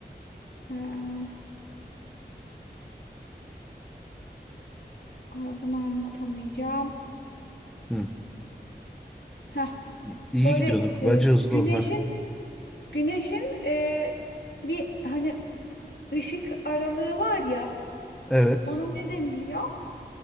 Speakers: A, on the left (about 75°); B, in the centre.
A: Ee, ay bunu anlatamayacağım.
B: Hı.
A: Heh.
B: İ- İyi
A: Böyle
B: gidiyorduk.
A: e,
B: Bence hızlı
A: güneşin
B: ol. Ha.
A: güneşin e, bir hani Işık aralığı var ya
B: Evet.
A: ona ne deniliyor?